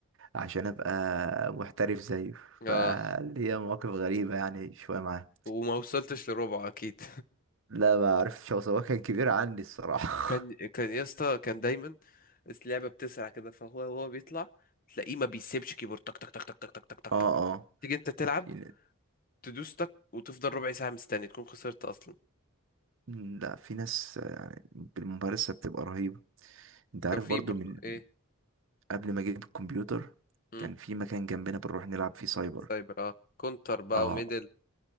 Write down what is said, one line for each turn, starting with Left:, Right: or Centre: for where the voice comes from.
Right: عشان ابقى محترف زيه
Left: اه
Right: فاللي هي مواقف غريبه يعني شويه معاه
Left: وما وصلتش لربعه اكيد
Right: لا ما اعرفش هو سواء كان كبير عني الصراحه
Left: <laughs> كان
Right: <laughs>
Left: كان يا اسطى كان دايما اللعبه بتسرع كده فهو هو بيطلع تلاقيه ما بيسيبش كيبورد تك تك تك تك تك تك تك تك
Right: اه
Left: تك
Right: اه
Left: تيجي انت تلعب
Right: في ن-
Left: تدوس تك وتفضل ربع ساعه مستني تكون خسرت اصلا
Right: لا في ناس يعني بالممارسة بتبقى رهيبة انت
Left: وكان
Right: عارف
Left: في
Right: برضو
Left: برضو
Right: من
Left: ايه
Right: قبل ما اجيب الكمبيوتر
Left: مم.
Right: كان في مكان جنبنا بنروح نلعب فيه سايبر
Left: سايبر اه كونتر بقى
Right: اه
Left: وميدل